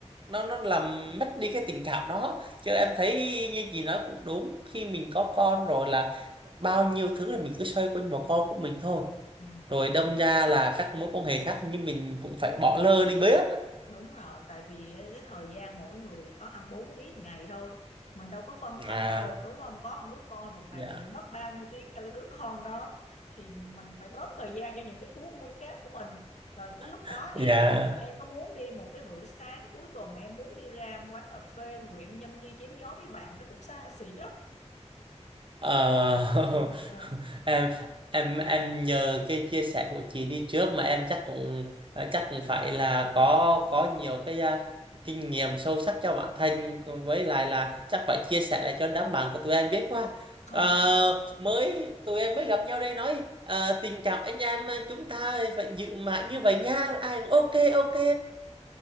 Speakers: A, on the right; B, on the left.
A: nó nó làm mất đi cái tình cảm đó chứ em thấy như chị nói cũng đúng khi mình có con rồi là bao nhiêu thứ là mình cứ xoay quanh vào con của mình thôi
B: ừ
A: rồi đâm ra là các mối quan hệ khác như mình cũng phải bỏ lơ đi bớt á.
B: Đúng rồi, tại vì ờ, cái thời gian mỗi người có 24 tiếng ngày thôi. Mình đâu có phân thân
A: à
B: ra được đúng không? Có một đứa con một
A: dạ
B: ngày mình phải mất bao nhiêu tiếng cho cái đứa con đó thì mình phải bớt thời gian cho những cái thú vui khác của mình. Rồi cái lúc
A: <laughs>
B: đó em
A: dạ
B: em có muốn đi một cái bữa sáng cuối tuần em muốn đi ra một quán cà phê rồi em nhâm nhi chém gió với bạn nó cũng xa xỉ lắm.
A: Ờ,
B: Ừ,
A: <laughs>
B: à,
A: em em em nhờ cái chia sẻ của chị đi trước mà em chắc cũng ờ, chắc cũng phải là có có nhiều cái à, kinh nghiệm sâu sắc cho bản thân với lại là chắc phải chia sẻ lại cho đám bạn của tụi em biết quá
B: không
A: Ờ,
B: nói
A: mới tụi em mới gặp nhau đây nói à, tình cảm anh em ờ, chúng ta phải giữ mãi như vậy nha ai cũng ok ok